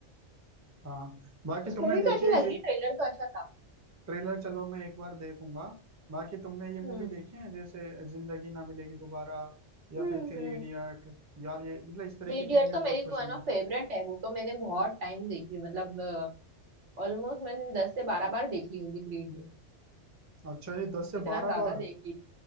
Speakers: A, on the right; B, on the right.
A: हाँ बाकी
B: स्टोरी
A: तुमने देखी
B: तो अच्छी
A: है
B: लग रही है ट्रेलर तो अच्छा था
A: ट्रेलर चलो मैं एक बार देखूंगा बाकी तुमने ये
B: हम्म
A: मूवी देखी है जैसे जिंदगी ना मिलेगी दोबारा या
B: हम्म
A: फिर थ्री
B: हम्म
A: इडियट यार ये मतलब इस तरीके
B: थ्री इडियट
A: की मूवी
B: तो मेरी
A: बहुत पसंद
B: वन ऑफ
A: है
B: फेवरेट है वो तो मैंने बहुत टाइम देखी है मतलब ऑलमोस्ट मैंने दस से बारह बार देखी होगी थ्री इडियट
A: अच्छा ये दस से
B: इतना
A: बारह
B: ज्यादा
A: बार
B: देखी